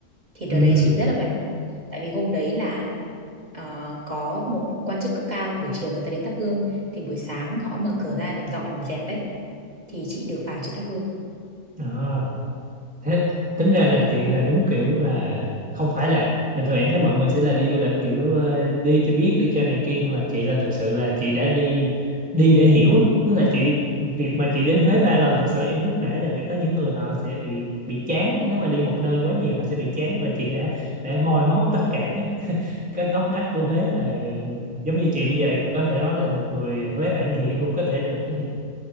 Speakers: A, on the right (about 25°); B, in the centre.
A: thì đợt
B: ừ.
A: đấy chị rất là may mắn tại vì hôm đấy là ờ, có một quan chức cấp cao buổi chiều người ta đến thắp hương thì buổi sáng họ mở cửa ra để dọn dẹp đấy thì chị được vào chị thắp hương
B: à, thế tính ra là chị là đúng kiểu là không phải là bình thường em thấy mọi người sẽ là đi du lịch kiểu ờ, đi cho biết đi cho này kia nhưng mà chị là thực sự là chị đã đi đi để hiểu á. tức là chị việc mà chị đến Huế ba lần thực sự em rất nể là vì có những người họ sẽ bị bị chán nếu mà đi một nơi quá nhiều họ sẽ bị chán và chị đã để moi móc tất cả các cái góc ngách của Huế là giống như chị bây giờ có thể nói là một người Huế bản địa cũng có thể được chứ nhỉ